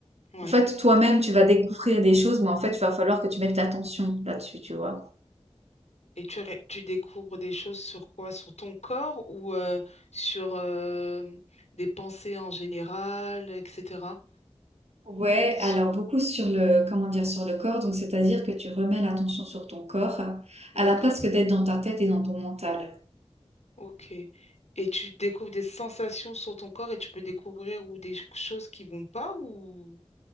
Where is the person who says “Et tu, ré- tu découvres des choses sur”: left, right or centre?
Left